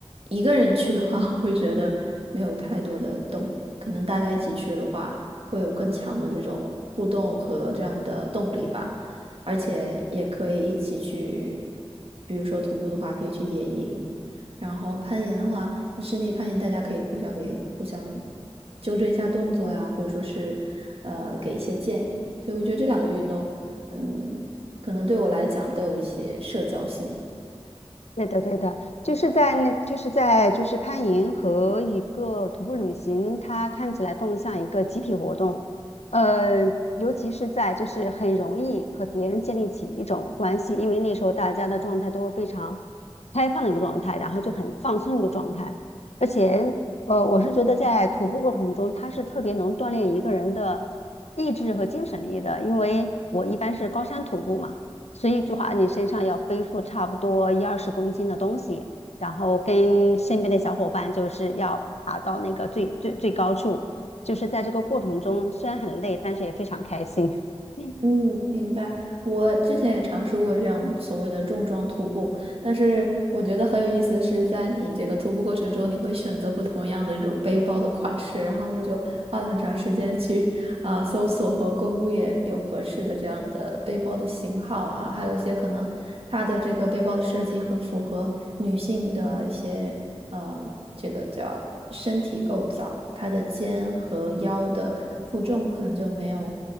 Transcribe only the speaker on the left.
对的，对的，就是在那，就是在就是攀岩和一个徒步旅行，它看起来更像一个集体活动，呃，尤其是在就是很容易和别人建立起一种关系，因为那时候大家的状态都是非常开放的一个状态，然后就很放松的一个状态，而且呃，我是觉得在徒步过程中，它是特别能锻炼一个人的意志和精神力的，因为我一般是高山徒步嘛。所以就话你身上要背负差不多一二十公斤的东西，然后跟身边的小伙伴就是要爬到那个最最最高处，就是在这个过程中虽然很累，但是也非常开心。<laughs> 嗯